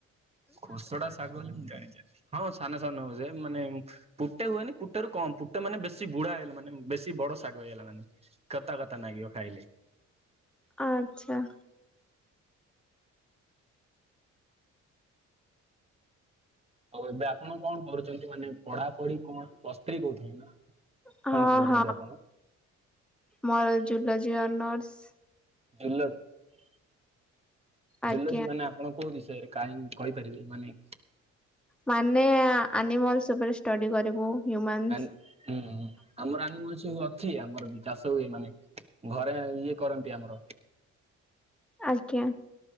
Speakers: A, on the right (about 20°); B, in the centre.
A: ଖୋସଡା ଶାଗ ଓଲି ମୁଁ ଜାଣିଚ଼ି ହଁ ସାନ ସାନ ହଉ ସେ ମାନେ ପୁ ଟେ ହୁଏନି ପୁଟାରୁ କମ୍ ପୁଟା ମାନେ ବେଶୀ ବୁଢା ହେଲେ ମାନେ ବେଶୀ ବଡ ଶାଗ ହେଇଗଲା ମାନେ କତା କତା ନାଗିବ ଖା ଖାଇଲେ।
B: ଆଚ୍ଛା।
A: ଆଉ ଏବେ ଆପଣ କଣ କରୁଚନ୍ତି? ମାନେ ପଢାପଢି କଣ ପ୍ଲସ୍ ଥ୍ରୀ କହୁଥିଲେ ନା?
B: ହଁ
A: କଣ କରୁଚନ୍ତି
B: ହଁ
A: ଆପଣ?
B: ମୋର ଜୁଲୋଜି ଅନର୍ସ।
A: ଜୁଲୋଜି
B: ଆଜ୍ଞା
A: ଜୁଲୋଜି ମାନେ ଆପଣ କୋଉ ବିଷୟରେ କାହିଁ କହିପାରିବେ ମାନେ
B: ମାନେ ଆ ଆନିମଲ୍ସ ଉପରେ ଷ୍ଟଡି କରିବୁ। ହ୍ୟୁମାନ୍ସ।
A: ଆନ୍ ଉମ୍ ଆମର ଆନିମଲ୍ସ ବି ଅଛି ଆମର ବି ଚାଷ ହୁଏ ମାନେ ଘରେ ଇଏ କରନ୍ତି ଆମର
B: ଆଜ୍ଞା